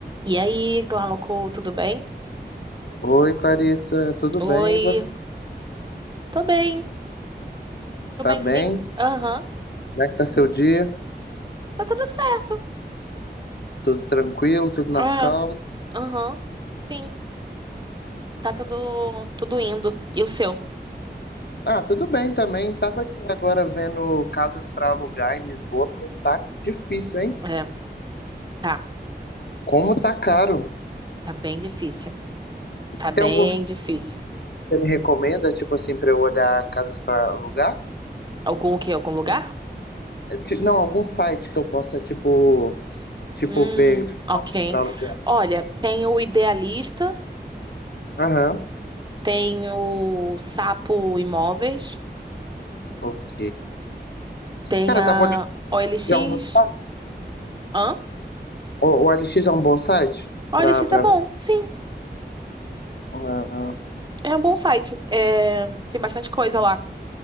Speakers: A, on the right (about 25°); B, on the left (about 65°).
A: E aí, Glauco, tudo bem?
B: Oi, Clarissa, tudo
A: Oi,
B: bem? E você?
A: tô bem, tô
B: Tá
A: bem
B: bem?
A: sim. Aham,
B: Como é que tá seu dia?
A: Tá tudo certo.
B: Tudo tranquilo, tudo nas
A: É,
B: calmas?
A: aham, Sim, tá tudo, tudo indo. E o seu?
B: Ah, tudo bem também. Tava aqui agora vendo casas para alugar em Lisboa, mas tá difícil, hein?
A: É, tá,
B: Como tá caro?
A: tá bem difícil. Tá bem
B: Tem algum site
A: difícil.
B: que você me recomenda, tipo assim, para eu olhar casas para alugar?
A: Algum o quê? Algum lugar?
B: É, ti- Não, algum site que eu possa, tipo, tipo
A: Hum,
B: ver
A: ok.
B: para alugar.
A: Olha, tem o Idealista,
B: Aham,
A: tem o Sapo Imóveis,
B: ok.
A: tem
B: Cara,
A: a
B: tava olhando,
A: OLX.
B: é um bom-
A: Hã?
B: o o OLX é um bom site
A: OLX
B: para para
A: é bom,
B: ver?
A: sim,
B: Ah,
A: é um bom site. É, tem bastante coisa lá.